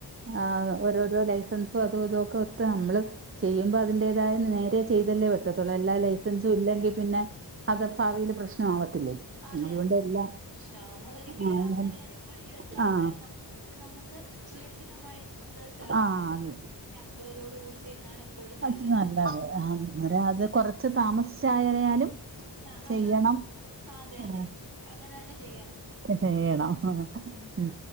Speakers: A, on the right; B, on the right.
A: ആ- ഓരോരോ ലൈസൻസും അതും ഇതൊക്കെ ഒത്ത് നമ്മള് ചെയ്യുമ്പോ അതിന്റേതായ നേരെ ചെയ്തല്ലേ പറ്റു പറ്റത്തുള്ള എല്ലാ ലൈസൻസും ഇല്ലെങ്കിൽ പിന്നെ അതഭാവിൽ പ്രശ്നം ആവത്തില്ലേ
B: അതെ
A: അതുകൊണ്ട്
B: അതെ അത്
A: എല്ലാം
B: പ്രശ്ന നമ്മൾ ഒരിക്കലും
A: ആഹ്
B: അങ്ങനെ ഒരു വഴി വെക്കാതെ
A: ആഹ്
B: ന അത് നമുക്ക് സുരക്ഷിതമായിട്ട് അത്
A: ആഹ്
B: ഗവൺമെന്
A: അത്
B: അപ്രൂവലോട് കൂടി ചെയ്യുന്നതാണ് എപ്പോഴും നല്ലത്.
A: അത് നല്ലത് അത് കൊറച്ച് താമസ് ചായായാലും
B: ആ നമ്മളത്
A: ചെയ്യണം
B: അതെ
A: ആ
B: അതെ അങ്ങനെ തന്നെ ചെയ്യണം.
A: ചെയ്യണം
B: ഉം
A: ഉ